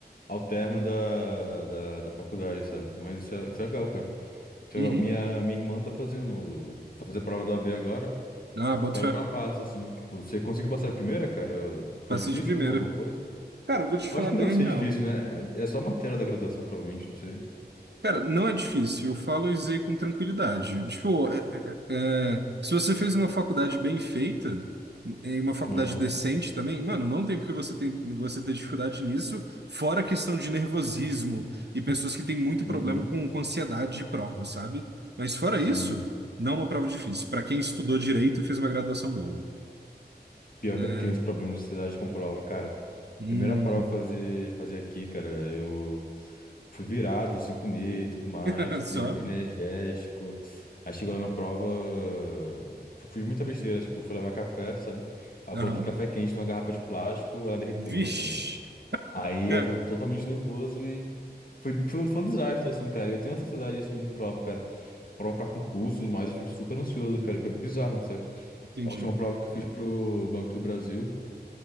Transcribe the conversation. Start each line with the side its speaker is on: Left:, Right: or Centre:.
Left: ao término da, da, da faculdade, sabe? Mas isso é, isso é legal, cara. Isso
Right: Uhum.
Left: é legal. Minha, minha irmã tá fazendo. Tá fazendo a prova do AB agora.
Right: Ah,
Left: Espero
Right: boto fé.
Left: que ela passe, assim. Tipo, você conseguiu passar a primeira, cara? Foi
Right: Passei
Left: difícil
Right: de primeira.
Left: ou alguma coisa?
Right: Cara, eu vou te
Left: Eu
Right: falar
Left: acho que
Right: bem
Left: não deve ser
Right: a real.
Left: difícil, né? É é só matéria da graduação, provavelmente, não sei.
Right: Cara, não é difícil, eu falo isso aí com tranquilidade. Tipo, é- é- é, é, se você fez uma faculdade bem feita, e uma faculdade
Left: Aham.
Right: decente também, mano, não tem porque você tem, você ter dificuldade nisso, fora a questão de nervosismo e pessoas que têm muito
Left: Uhum.
Right: problema com, com ansiedade de prova, sabe? Mas fora
Left: Sim,
Right: isso, não é uma prova difícil. Pra quem estudou direito, e fez uma graduação boa.
Left: Pior
Right: né?
Left: que eu tenho esse problema de ansiedade com prova, cara.
Right: Hum,
Left: Primeira prova que eu fazer fazer aqui, cara, eu fui virado, sem comer, e tudo mais,
Right: <laughs> só?
Left: meio energético. Aí chegou lá na prova, eu fiz muita besteira, tipo, fui levar café, sabe? Aí
Right: Aham.
Left: eu coloquei café quente numa garrafa de plástico, ela derreteu,
Right: Vixe.
Left: basicamente. Aí
Right: Cara,
Left: eu tava totalmente nervoso e foi, foi, um, foi um desastre, assim, cara. Eu tenho essa ansiedade, assim, de prova, cara. Prova pra concursos, mas eu fico super ansioso, cara. Foi bizarro, sabe?
Right: entendi.
Left: A última prova que eu fiz pro Banco do Brasil.